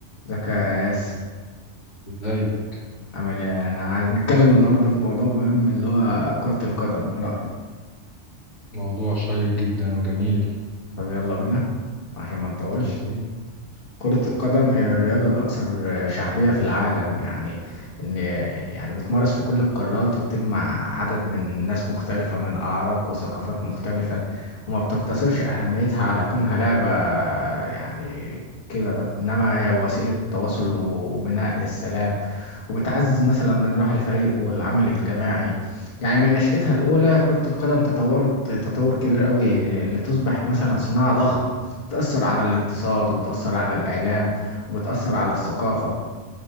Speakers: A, on the left; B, on the left.
A: ازيك يا ياس
B: ازاي
A: عامل ايه انا عايز نتكلم النهارده في موضوع مهم اللي هو كرة القدم ايه رأيك
B: موضوع شيق جدا وجميل
A: طب يلا بينا عشان ما نطولش
B: يلا بينا
A: كرة القدم هي الرياضة الأكثر شعبية في العالم يعني إن يعني بتمارس في كل القارات وبتجمع عدد من ناس مختلفة من أعراق وثقافات مختلفة وما بتقتصرش أهميتها على كونها لعبة يعني كده بقى. إنما هي وسيلة تواصل وبناء للسلام وبتعزز مثلا من روح الفريق والعمل الجماعي يعني من نشأتها الأولى كرة القدم تطورت تطور كبير قوي لتصبح مثلا صناعة ضخمة بتأثر على الاقتصاد وبتأثر على الإعلام وبتأثر على الثقافة